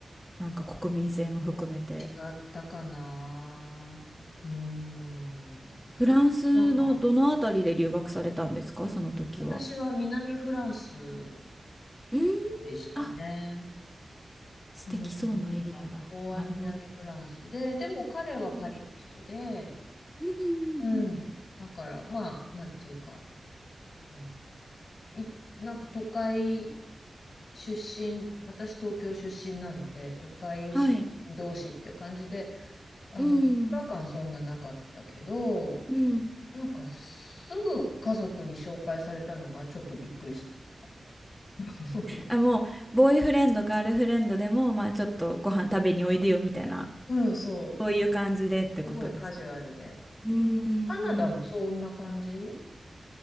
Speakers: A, in the centre; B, on the left.
A: なんか国民性も含めて。
B: うん違ったかな。うん。
A: フランスのどのあたりで留学されたんですか、
B: なんか、
A: その時は。
B: 私は南フランス
A: うーん、
B: でしたね。
A: あ、素敵そうなエリアだ。
B: うん、学校は南フランスで、
A: なるほど。
B: でも彼はパリの人で、
A: うんうんうんうん。
B: うん。だからまあ、なんていうか、うんいなんか都会出身、私東京出身なんで、都会出身同士っていう感じで、
A: はい。
B: あの、
A: うん。
B: 違和感そんななかったけど、
A: うん。
B: なんかすぐ家族に紹介されたのはちょっとびっくりした。<laughs>
A: あ、もう、ボーイフレンド、ガールフレンドでも、まあ、
B: う
A: ちょっとご飯食べにおいでよみたいな。
B: ん、そ
A: そういう感じでってことですかね。
B: う。すごいカジュアルで。
A: うーん。
B: カナダもそんな感じ